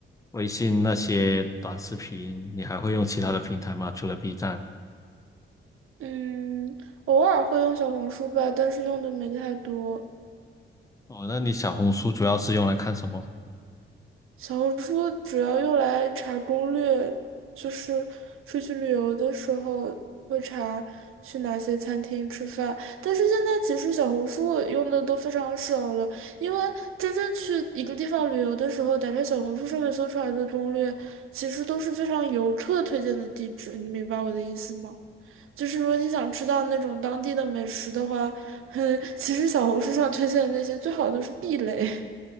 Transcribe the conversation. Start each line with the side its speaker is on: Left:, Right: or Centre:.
Left: 微信那些短视频，你还会用其他的平台吗？除了 B 站？
Right: 嗯，偶尔会用小红书吧，但是用的没太多。
Left: 哦，那你小红书主要是用来看什么？
Right: 小红书主要用来查攻略，就是出去旅游的时候会查去哪些餐厅吃饭。但是现在其实小红书我用的都非常少了，因为真正去一个地方旅游的时候，打开小红书上面搜出来的攻略，其实都是非常游客推荐的地址。你明白我的意思吗？就是如果你想吃到那种当地的美食的话，<laughs> 哼，其实小红书上推荐的那些最好都是避雷。